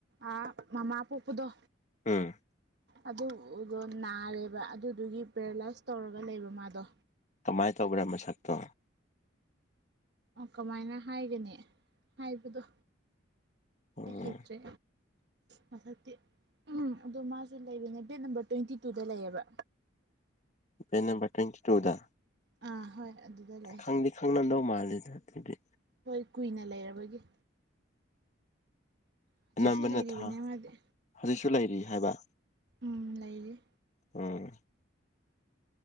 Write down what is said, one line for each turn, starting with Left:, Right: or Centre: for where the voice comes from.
Right: ꯑ ꯃꯃꯥ ꯄꯣꯛꯄꯗꯣ
Left: ꯎꯝ
Right: ꯑꯗꯨꯗꯣ ꯅꯥꯔꯦꯕ ꯑꯗꯨꯗꯨꯒꯤ ꯄꯦꯔꯥꯂꯥꯏꯁ ꯇꯧꯔꯒ ꯂꯩꯕ ꯃꯥꯗꯣ
Left: ꯀꯃꯥꯏꯅ ꯇꯧꯕ꯭ꯔꯥ ꯃꯁꯛꯇꯣ
Right: ꯀꯃꯥꯏꯅ ꯍꯥꯏꯒꯅꯤ ꯍꯥꯏꯕꯗꯣ
Left: ꯎꯝ
Right: ꯑꯩ ꯍꯩꯇ꯭ꯔꯦ ꯃꯁꯛꯇꯤ ꯎꯝ ꯑꯗꯣ ꯃꯥꯁꯦ ꯂꯩꯕꯅꯦ ꯕꯦꯠ ꯅꯝꯕꯔ ꯇ꯭ꯋꯦꯟꯇꯤ ꯇꯨꯗ ꯂꯩꯌꯦꯕ
Left: ꯕꯦꯠ ꯅꯝꯕꯔ ꯇ꯭ꯋꯦꯟ ꯇꯨꯗ
Right: ꯑꯥ ꯍꯣꯏ ꯑꯗꯨꯗ ꯂꯩ
Left: ꯈꯪꯗꯤ ꯈꯪꯅꯝꯗꯧ ꯃꯥꯜꯂꯤꯗ ꯑꯗꯨꯗꯤ
Right: ꯍꯣꯏ ꯀꯨꯏꯅ ꯂꯩꯔꯕꯒꯤ ꯍꯧꯖꯤꯛꯁꯨ
Left: ꯑꯅꯝꯕꯅ
Right: ꯂꯩꯔꯤꯕꯅꯦ
Left: ꯊꯥ
Right: ꯃꯥꯗꯤ
Left: ꯍꯧꯖꯤꯛꯁꯨ ꯂꯩꯔꯤ ꯍꯥꯏꯕ
Right: ꯎꯝ ꯂꯩꯔꯤ
Left: ꯑꯣꯝ